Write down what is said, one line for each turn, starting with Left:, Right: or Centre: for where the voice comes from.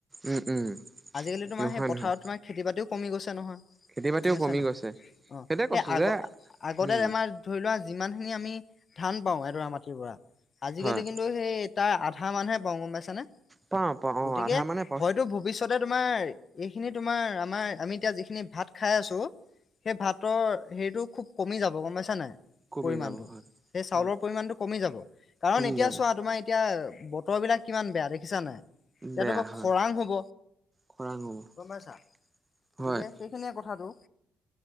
Right: উম উম
Left: আজিকালি তোমাৰ
Right: নহয়
Left: সেই পথাৰত
Right: নহয়
Left: তোমাৰ খেতি বাতিও কমি গৈছে নহয়।
Right: খেতি বাতিও
Left: গমাইছা
Right: কমি
Left: নাই
Right: গৈছে
Left: অ'
Right: সেইটোৱে কৈছো
Left: সেই আগ-আগতে
Right: যে উম
Left: আমাৰ ধৰি লোৱা যিমানখিনি আমি ধান পাওঁ এডৰা মাটিৰ পৰা আজিকালি
Right: হয়
Left: কিন্তু লো হেই তাৰ আধামান হে পাওঁ গম পইচা নে?
Right: পাওঁ পাওঁ অ
Left: গতিকে
Right: আধা মানে পাওঁ
Left: হয়তো ভূ ভৱিষ্যতে তোমাৰ এইখিনি তোমাৰ আমাৰ আমি এতিয়া যি খিনি ভাত খাই আছো সেই ভাতৰ হেৰিতটো খুব কমি যাব গম পাইছা নাই।
Right: কমি
Left: পৰিমাণটো
Right: যাব হয়।
Left: সেই চাউলৰ
Right: হয়
Left: পৰিমাণটো কমি যাব। কাৰণ
Right: কমি
Left: এতিয়া
Right: যাব
Left: চোৱা তোমাৰ এতিয়া বতৰ বিলাক কিমান বেয়া দেখিছা নাই। ইতিয়াতো
Right: বেয়া
Left: বা
Right: হয়
Left: খৰাং হ'ব।
Right: খৰাং হ'ব
Left: গম পাইছা গতিকে
Right: হয়।
Left: সেইখিনিয়ে কথাতটো,